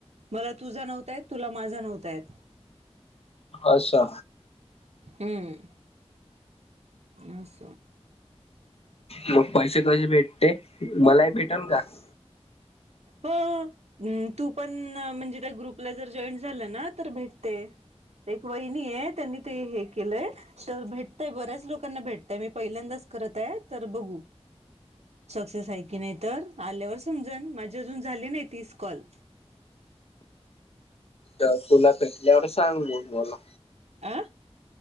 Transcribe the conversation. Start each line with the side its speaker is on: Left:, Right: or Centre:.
Right: मला तुझा नव्हता येत तुला माझा नव्हता येत
Left: अच्छा
Right: हम्म अस..
Left: मग पैसे कसे भेटते मलाही भेटन का <inaudible>
Right: हो तू पण म्हणजे त्या ग्रुपला जर जॉईन झालं ना तर भेटते. एक वहिनी आहे त्यांनी ते हे केलंय तर भेटताय बऱ्याच लोकांना भेटताय मी पहिल्यांदाच... करत हेत तर बघू सकसेस आहे कि नाही तर आल्यावर समजण माज जून झाली नाही तीस कॉल
Left: तुला भेटल्यावर सांग मग मला
Right: अ